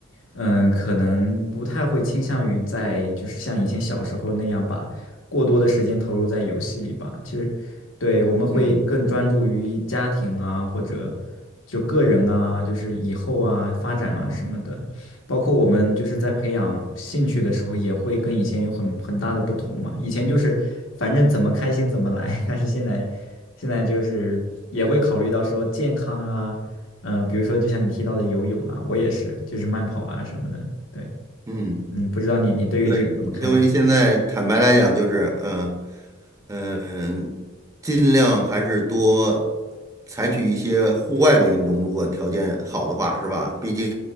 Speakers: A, on the left; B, on the right.
A: 嗯，可能不太会倾向于在就是像以前小时候那样把过多的时间投入在游戏里吧。其实，对，我们会更专注于家庭啊，
B: 嗯
A: 或者就个人啊，就是以后啊发展啊什么的。包括我们就是在培养兴趣的时候，也会跟以前有很很大的不同嘛。以前就是反正怎么开心怎么来，<laughs> 但是现在现在就是也会考虑到说健康啊，嗯、比如说就像你提到的游泳啊，我也是，就是慢跑啊什么的。对，
B: 嗯。
A: 嗯，不知道你你对于这个怎么看呢？
B: 对，因为现在坦白来讲，就是嗯嗯，呃尽量还是多采取一些户外的运动，如果条件好的话，是吧？毕竟